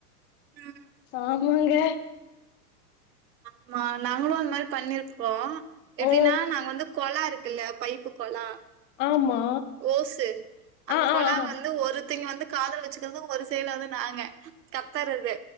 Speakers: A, on the right; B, on the left.
A: ம்
B: ஆமாங்க
A: ஆமா நாங்களு அந்த மாரி பண்ணிருக்கோ எப்டின்னா
B: ஓ
A: நாங்க வந்து கொழா இருக் குல்ல பைப்பு கொழா
B: ஆமா
A: ஓசு அந்த
B: ஆ
A: கொழா
B: ஆ ஆ
A: வந்து ஒரு தின் வந்து காதுல வச்சுக்கறது ஒரு சைட்ல வந்து நாங்க கத்தறது